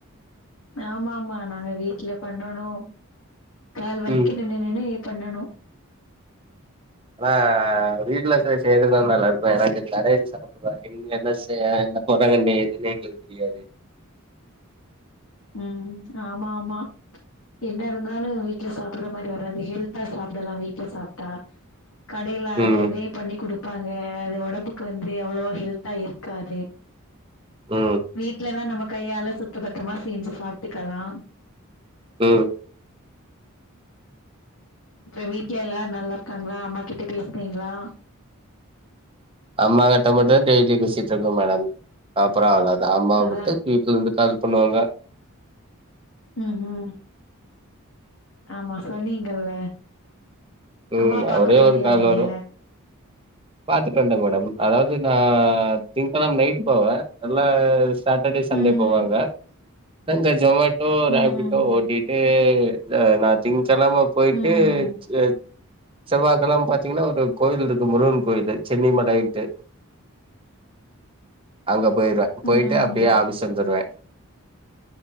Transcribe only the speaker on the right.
ம்
ஆனா வீட்ல செய் செய்றதுதான நல்லா இருக்கு ஏன்னா இங்க கடேல சாப்டுறோ இங்க என்ன செய் என்ன போடுறாங்கன்னு எதுன்னே எங்களுக்கு தெரியாது
ம்
ம்
ம்
அம்மா கிட்ட மட்டு டெய்லியு பேசிட்ருக்க மேடம் அப்புறோ அவ்ள தா அம்மா
மட்டு வீட்ல இருந்துதாங்க பண்ணுவாங்க
ம்
ஒரே
ஒரு கால்
வரு பாத்துட்டு வண்ட்டங் மேடம் அதாவ்து நா திங்கெழம் நைட்டு போவ இல்ல சாட்டர்டே சண்டே
போவங்க தங்க ஜெவ்வாய் போ ராபிட்டோ
ஓட்டிட்டு நா நா திங்க்கெழம போய்ட்டு
எ செவ்வாகெழம் பாத்தீங்குனா ஒரு கோவில்ருக்கு முருகன் போய்ட்டு சென்னி மலயின்ட்டு அங்க போய்ர்வ போய்ட்டு
அப்டியே ஆபிஸ் வந்துர்வே